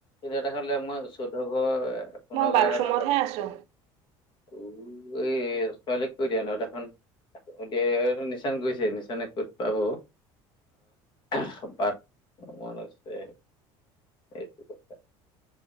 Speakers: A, on the left (about 45°); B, on the right (about 65°).
A: নেওতা খন মই চৈধ্যটা ঘৰ পোন্ধৰ
B: মই বাথৰুমতহে
A: ঘৰ এটা নেওতা।
B: আছো
A: উ, এই ছোৱালীক কৈ দিয়া নেওতা খন। দে নিচান গৈছে নিচানে ক'ত পাব। আহ বাট ভমন আছে সেইটো কথা।